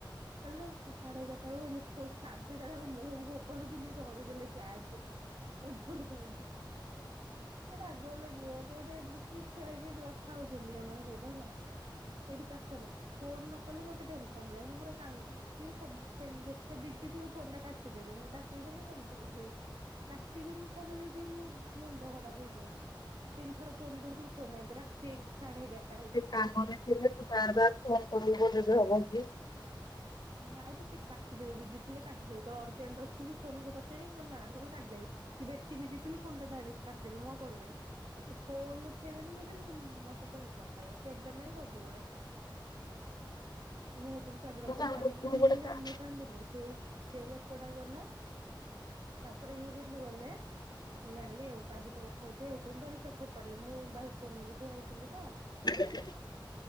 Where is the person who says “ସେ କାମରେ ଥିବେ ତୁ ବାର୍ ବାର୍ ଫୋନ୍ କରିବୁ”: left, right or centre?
Left